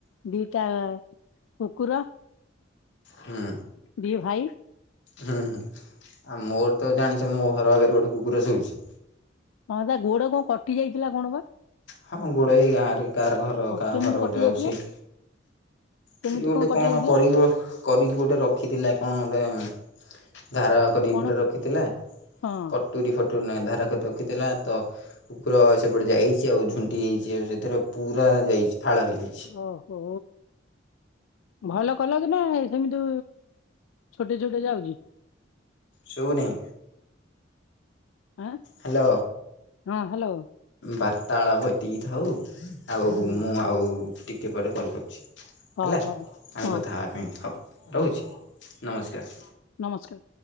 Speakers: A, on the left; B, on the left.
A: ଦିଟା କୁକୁର।
B: ହୁଁ
A: ଦି ଭାଇ
B: ହୁଁ ହୁଁ ଆଉ ମୋର ତ ଜାଣିଚ ମୋ ଘର ଆଗରେ ଗୋଟେ କୁକୁର ଶୋଉଛି।
A: ହଁ ତା ଗୋଡ କଁ କଟି ଯାଇଥିଲା କଣ ପା?
B: ହଁ ଗୋଡ଼େ ଏ ଗାଁରେ କାହାର ଘର କାହା
A: କେମିତି
B: ଘର
A: କଟି
B: ଗୋଟେ ଅଛି।
A: ଯାଇଥିଲା କେମିତି
B: କି ଗୋଟେ କଣ
A: କଟି ଯାଇଥିଲା
B: କରିକି ଓ କରିକି ଗୋଟେ ରଖିଥିଲା କଣ ଗୋଟେ ଧାର କ କରିକି
A: କଣ
B: ପୁରା ରଖିଥିଲା
A: ହଁ
B: କଟୁରୀ ଫଟୁରୀ ନାଇ ଧାର କରି ରଖିଥିଲା ତ କୁକୁର ସେପଟେ ଯାଇଚି ଆଉ ଝୁଣ୍ଟି ହେଇଚି ଆଉ ସେଥିରେ ପୁରା ଯାଇଚି ଫାଳ ହେଇ।
A: ଓହୋ, ଭଲ କଲ କି ନା ସେମିତି ଛୋଟଇ ଛୋ ଏ ଯାଉଚି।
B: ଶୋଉନେଇ।
A: ଆଁ
B: ହେଲୋ
A: ହଁ ହ୍ୟାଲୋ
B: ବାର୍ତ୍ତାଳ ବ ଏତିକି ଥାଉ। ଆଉ
A: ହୁଁ
B: ମୁଁ ଆଉ ଟିକେ ପରେ କଲ୍ କରୁଚି। ହେଲା
A: ହଉ
B: ଆମେ
A: ହଉ ହଁ
B: କଥା ହବା ପାଇଁ ହୋଉ ରହୁଛି ନମସ୍କାର୍।
A: ନମସ୍କା